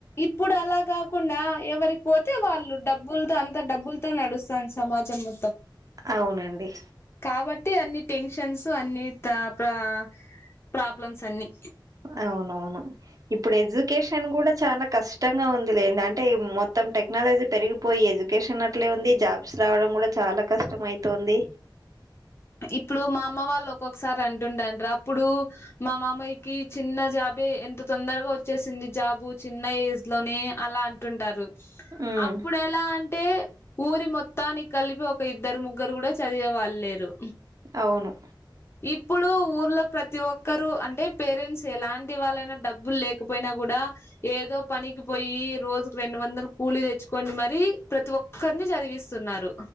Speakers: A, on the left; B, on the right.
A: ఇప్పుడు అలాగా కాకుండా ఎవరికి పోతే వాళ్ళు డబ్బులతో అంత డబ్బులతో నడుస్తాను సమాజము
B: అవునండి
A: కాబట్టి అన్ని టెన్షన్స్ అన్ని ప్ర ప్రాబ్లమ్స్ అన్ని
B: అవునవును ఇప్పుడు ఎజ్యుకేషన్ కూడా చాలా కష్ ష్టంగా ఉంది లేద అంటే మొత్తం టెక్నాలజీ పెరిగిపోయి ఎడ్యుకేషన్ అట్లే ఉంది జాబ్స్ రావడం కూడా చా చాలా కష్టం అయితోంది
A: ఇప్పుడు మా అమ్మ వాళ్ళు ఒక్కొక్కసారి అంటుంటంట అప్పుడు మా మామయకి చిన్న జాబ్ అబే ఎంత తొందరగా వచ్చేసింది జాబు చిన్న ఏజ్ లోనే అలా అంటుంటారు
B: ఉమ్
A: అప్పుడు ఎలా అంటే ఊరి మొత్తానికి కలిపి ఒక ఇద్దరు ముగ్గురు కూడా చదివే వాళ్ళు లేరు
B: అవును
A: ఇప్పుడు ఊర్లో ప్రతి ఒక్కరు అంటే పేరెంట్స్ ఎలాంటి వాళ్ళైనా డబ్బులు లేకపోయినా కూడా ఏదో పనికి పోయి రోజుకి రెండు వందలు కూలీ తెచ్చుకండి మరి ప్రతి ఒక్కరిని చదివిస్ స్తూన్నారు